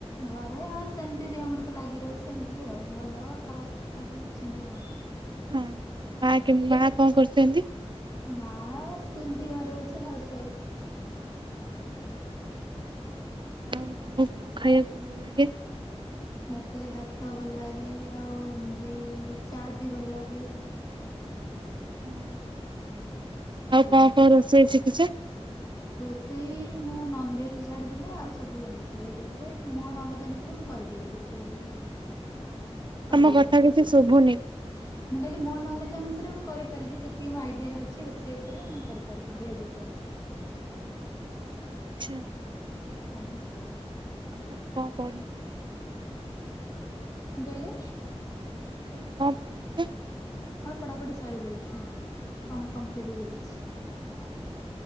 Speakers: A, on the left (about 30°); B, on the right (about 45°).
A: ଘରେ ହଁ ସେମିତି ଦେହ ମୁଣ୍ଡ ତ ଲାଗି ରହିଚି ସେମିତି ଆଉ ଭଲ ଖରାପ ଲାଗି ଅଛନ୍ତି ଆଉ।
B: ହଁ ଆଉ ମା ମା କଣ କରୁଛନ୍ତି?
A: ମା ସେମତି ଘରେ ଅଛି ହାଉସ୍‌ୱାଇଫ।
B: ଆଉ ତମକୁ କଣ ଖାଇବାକୁ ଭଲ ଲାଗେ?
A: ମତେ ଭାତ ଭଲ ଲାଗେ ଆଉ ଏମିତି ଚାଟ୍ ବି ଭଲ ଲାଗେ।
B: ହୁଁ ଆଉ
A: ଆଜ୍ଞା।
B: କଣ କଣ ରୋଷେଇ ଶିଖିଛ?
A: ରୋଷେଇ ମୁଁ ନନ୍‌ଭେଜ ଛାଡିଦଲେ ଆଉ ସବୁ ଜାଣିଛି ଭେଜ୍‌ ଉପରେ ମୋ ନଲେଜ୍‌ ଅନୁସାରେ ମୁଁ କରିଦେବି ଯେତିକି ବି କରିଦେଇପାରିବି।
B: ତମ କଥା କିଛି ଶୁଭୁନି
A: ମୁଁ କହିଲି ମୋ ନହଲେ ଅନୁସାରେ ମୁଁ କରିପାରିବି ଯେତିକି ମୋ ଆଇଡିଆ ଟା ଅଛି ରୋଷେଇ ଉପରେ ମୁଁ କରିପାରିବି ଭେଜ୍‌ ଉପରେ।
B: ଛା।
A: ଆଜ୍ଞା।
B: ହଁ କଣ ପଢ଼ୁଚୁ?
A: କଣ କହିଲେ?
B: ଖାଲି କଣ ପଢୁଚ?
A: ମୋର ପଢାପଢି ସରିଯାଇଛି କଣ କଂପ୍ଲିଟ୍ ହେଇଯାଇଛି।